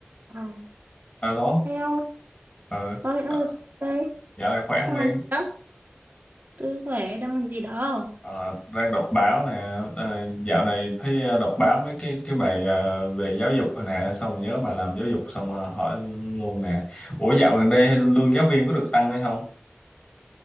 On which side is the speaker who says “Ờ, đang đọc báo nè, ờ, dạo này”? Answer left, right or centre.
Left